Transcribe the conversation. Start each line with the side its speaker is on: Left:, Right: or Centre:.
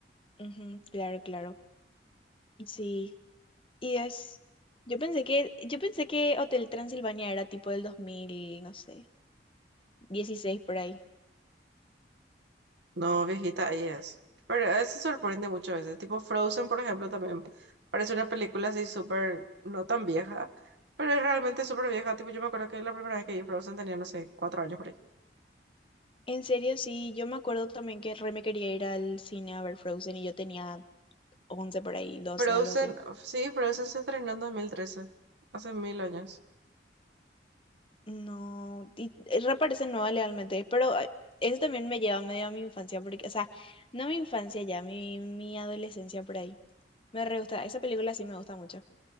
Left: ujú, claro, claro. Sí, y es, yo pensé que, yo pensé que Hotel Transilvania era tipo del 2000 no sé, 16 por ahí.
Right: No, viejita, ahí es. Pero eso sorprende muchas veces. Tipo Frozen, por ejemplo, también parece una película así súper, no tan vieja, pero es realmente súper vieja. Tipo, yo me acuerdo que la primera vez que vi Frozen tenía, no sé, cuatro años por ahí.
Left: En serio, sí, yo me acuerdo también que re me quería ir al cine a ver Frozen y yo tenía once por ahí, doce
Right: Frozen,
Left: algo así.
Right: sí, Frozen se estrenó en dos mil trece hace mil años.
Left: No, y reparece nueva legalmente, pero ay, eso también me lleva medio a mi infancia, porque, o sea, no mi infancia ya, mi, mi adolescencia por ahí. Me re gusta, esa película sí me gusta mucho.